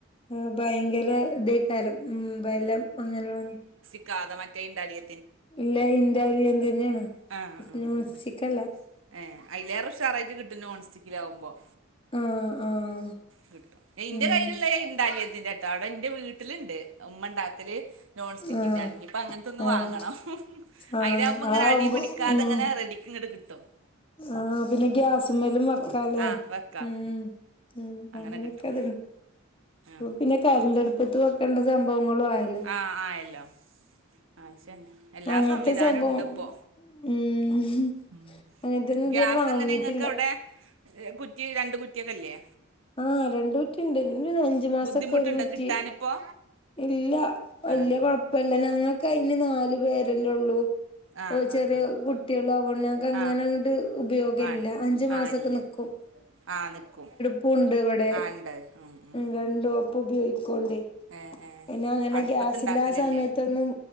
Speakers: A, on the left; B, on the right.
A: അഹ് ഭയങ്കര ഇതേകാലം ഉം ബലം അങ്ങനെ വന്ന്
B: ക്കാതെ മറ്റേ ഇണ്ടാലിയ
A: ഇല്ല ഇന്റാലിയം തന്നെണ്
B: ആഹ്
A: സ്‌നോസ്ച്ചിക്കല്ല.
B: ആഹ് ഏഹ് അയ്ലേറെ ഉഷാറായിട്ട് കിട്ടും നോൺ സ്റ്റിക്കിലാവുമ്പം.
A: ആഹ് ആഹ്
B: കിട്ടും. എഹ് ഇന്റെ
A: ഉം
B: കയ്യില്ള്ളത് ഇണ്ടാലിയത്തിന്റെ ട്ടാ. അവടെ ഇന്റെ വീട്ടില്ണ്ട് ഉമ്മണ്ടാക്കല്. നോൺ സ്റ്റിക്കിൻ്റെ
A: ആഹ്
B: ആണ്. ഇഞ് ഇപ്പ അങ്ങൻത്തൊന്ന്
A: ആഹ്
B: വാങ്ങണം.
A: ആഹ്
B: അയ്ലാവുമ്പങ്ങനെ
A: ആവുമ്പോ
B: അടീ പിടിക്കാതെങ്ങനെ
A: ഉം
B: റെഡിക്ക് ഇങ്ങട്ട് കിട്ടും.
A: ആഹ് പിന്നെ
B: ഉം
A: ഗ്യാസ്മ്മലും
B: കിട്ടും
A: വെക്കാലേ.
B: ആഹ് വെക്കാം
A: ഉം ഉം
B: അങ്ങനെ
A: അങ്ങനെയൊക്കെ
B: കിട്ടും
A: അത്ണ്,
B: ആഹ്
A: അപ്പ പിന്നെ കറന്റ് അടുപ്പത്ത് വെക്കണ്ടെ സംഭവങ്ങളും ആയ
B: ആഹ് ആയല്ലോ. ആവശ്യെന്നെ. എല്ലാ
A: അങ്ങനത്തെ
B: സംവിധാനും
A: സംഭവം
B: ഇണ്ട്പ്പൊ.
A: ഉം
B: ഉം
A: അങ്ങനത്തൊന്നും ഇതുവരെ
B: ഗ്യാസ്
A: വാങ്ങിട്ടില്ല
B: എങ്ങനെ ഇങ്ങക്ക് അവ്ടെ, കുറ്റി രണ്ട് കുറ്റിയൊക്കെല്ലേ?
A: ആഹ് രണ്ട് കുറ്റിണ്ട്. ഇൻ്റത് അഞ്ചു മാസൊക്കെ
B: ബുദ്ധിമുട്ടുണ്ടോ
A: ഒരു കുറ്റി
B: കിട്ടാനിപ്പോ
A: ഇല്ല വല്യ
B: ആഹ്
A: കൊഴപ്പല്ല ഞങ്ങക്കയന് നാല് പേരെല്ലൊള്ളൂ.
B: ആഹ്
A: ഓഹ് ചെറിയ
B: ആഹ് ആഹ്
A: കുട്ടികളാവോണ്ട് ഞങ്ങക്ക് അങ്ങനെങ്ങട്ട്
B: ആഹ്
A: ഉപയോഗല്ല.
B: വേണ്ട
A: അഞ്ചു മാസൊക്കെ
B: ആഹ് ഇല്ല
A: നിക്കും.
B: ആഹ് നിക്കും.
A: പ്പും ണ്ട് ഇവടെ.
B: ആഹ് ഉണ്ട് ഉം ഉം
A: രണ്ടും
B: ഉം
A: ഒപ്പം ഉപയോഗിക്കോണ്ടേ.
B: ഏഹ് ഏഹ്
A: പിന്നെ അങ്ങനെ
B: അടുപ്പത്തുണ്ടാക്കലില്ലേ
A: ഗ്യാസിന്റെ ആ സമയത്തൊന്നും